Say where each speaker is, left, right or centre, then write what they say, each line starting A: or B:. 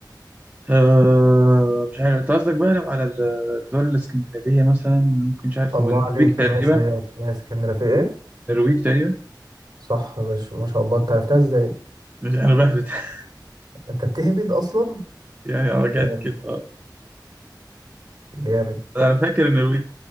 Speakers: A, on the right (about 20°); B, on the right (about 55°).
A: آه، مش عارف انت قصدك بقى لو على الدول الاسكندنافية مثلا ممكن مش عارف
B: الله
A: هو النرويج
B: عليك
A: تقريبا
B: ماشي هي هي اسكندرية في إيه؟
A: النرويج تقريبا
B: صح يا باشا ما شاء الله أنت عرفتها إزاي؟
A: مش انا بهبت <laughs>
B: أنت بتهبد أصلا؟
A: يعني اه جت
B: جامد
A: كده اه
B: جامد
A: انا فاكر إن النرويج